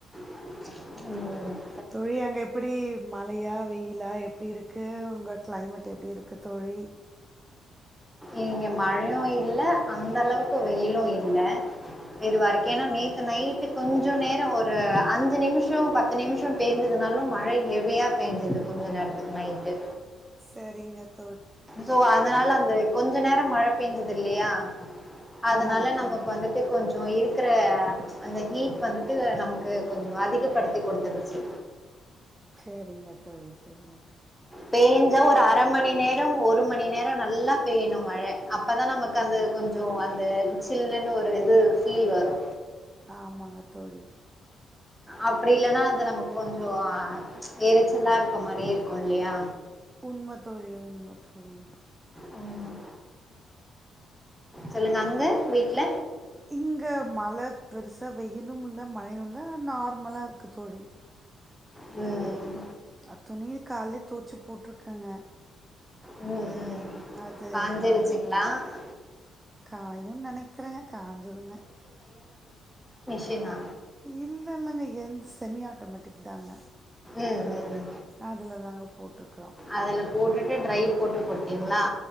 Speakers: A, in the centre; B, on the right (about 20°).
A: ம்
B: தோழி அங்க எப்டி மழையா வெயிலா எப்டி இருக்கு உங்க க்ளைமட் எப்டி இருக்கு தோழி
A: இங்க மழையு இல்ல அந்த அளவுக்கு வெயிலு இல்ல இதுவரக்கேன நேத்து நைட்டு கொஞ்சோ நேரோ ஒரு அஞ்சி நிமிஷோ பத்து நிமிஷோ பெஞ்சிதுனாலு மழ ஹெவியா பெஞ்சிது கொஞ்சோ நேரத்துக்கு நைட்டு
B: செரிங்கப்
A: சோ அதனால அந்த கொஞ்சோ நேரோ மழ பெஞ்சுதுல்லியா அதனால
B: ஆமாங்க
A: நமக்
B: தோழி
A: வந்துட்டு கொஞ் சோ இருக்குற அந்த ஹீட் வந்துட்டு நமக்கு கொஞ்சோ அதிகப்படுத்தி குடுத்துருச்சி
B: சரிங்க தோழி செரிங்க
A: பெஞ்சா ஒரு அர மணி நேர ஒரு மணி நேர நல்லா பெய்யணு மழ அப்பதா நமக்கு அந்த கொஞ்சோ அந்த சில்லுன்னு ஒரு இது ஃபீல் வரு
B: ஆமாங்க தோழி
A: அப்டி இல்லன்னா அது நம்ம கொஞ்சோ எரிச்சலா இருக்க மாரியே இருக்கு இல்லியா
B: உண்ம தோழி உண்ம தோழி
A: ம் சொல்லுங்க அங்க வீட்ல
B: இங்க மழ பெருசா வெய்யிலு இல்ல மழையு இல்ல நார்மலா இருக்கு தோழி
A: ம்
B: அ துணிய கால்லே துவச்சு போட்ருக்கங்க
A: ம் ம்
B: அது
A: காஞ்சிருச்சுங்களா
B: காயணும்ங்க காயு நெனக்கிறேங்க காஞ்சிருங்க
A: ன்னா
B: இல்லல்லங்க எந்து செமி ஆட்டோமேட்டிக் தாங்க
A: ம் ம்
B: அதுல தாங்க போட்ருக்குறோ
A: அதுல போட்டுட்டு ட்ரை போட்டு போ டிங்களா